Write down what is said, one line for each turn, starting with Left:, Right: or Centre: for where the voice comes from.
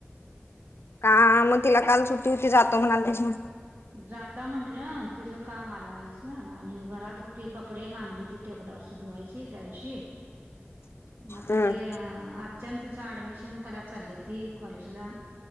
Left: का मग तिला काल सुट्टी होती जातो म्हणाल तशन
Right: जाता म्हंटलं तिचं काम आला आच आणि घरातती कपडे एक आणली ती टेबल वची धुवायची त्या दिवशी आता
Left: हम्म
Right: ते आजच्यान तिचं ऍडमिशन कराय चाल ती कॉलेजला